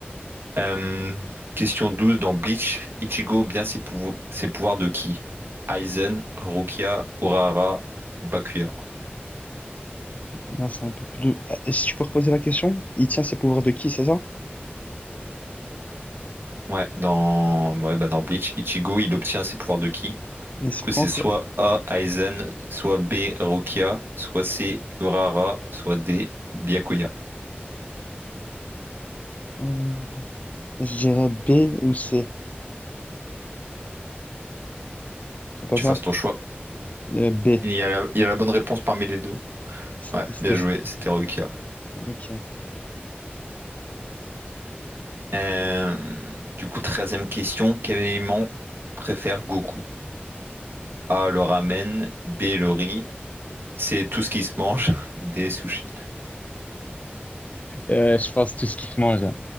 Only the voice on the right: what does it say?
Euh, Question 12 dans Bleach, Ichigo bien ses, pouvo- ses pouvoirs de qui? Aizen, Rukia, Urara, Bakuya.
Ouais, dans, ouais, bah dans Bleach, Ichigo, il obtient ses pouvoirs de qui?
Du
coup,
c'est
soit A, Aizen, soit B, Rokia, soit C, Urara, soit D, Byakuya.
Tu
fasses ton choix.
Il y a la, il y a la bonne réponse parmi les deux.
Ouais,
bien joué, c'était Rokia.
Euh, du coup, treizième question, quel aliment préfère Goku? A, le ramen, B, le riz, C, tout ce qui se mange, <laughs> D, sushi.